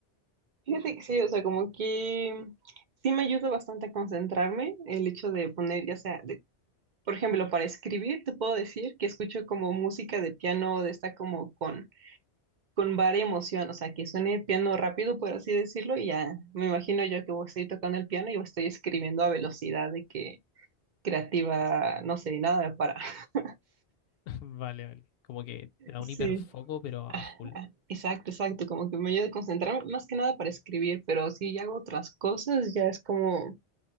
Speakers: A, on the right (about 50°); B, on the left (about 65°).
A: Fíjate que sí, o sea, como que sí me ayuda bastante a concentrarme el hecho de poner, ya sea, de- por ejemplo, para escribir, te puedo decir que escucho como música de piano, de esta como con, con varia emoción, o sea, que suene piano rápido, por así decirlo, y ya me imagino yo que voy- a estoy tocando el piano y estoy escribiendo a velocidad de que creativa, no sé, nada me para. <laughs>
B: <laughs> Vale, vale. Como que te da
A: Sí.
B: un hiperfoco, pero a
A: Ah,
B: full.
A: ah, Exacto, exacto, como que me ayuda a concentrarme más que nada para escribir, pero si hago otras cosas, ya es como